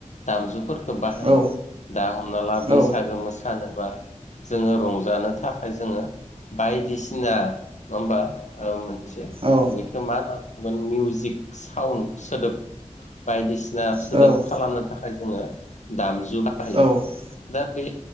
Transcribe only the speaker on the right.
औ
औ
औ
औ
औ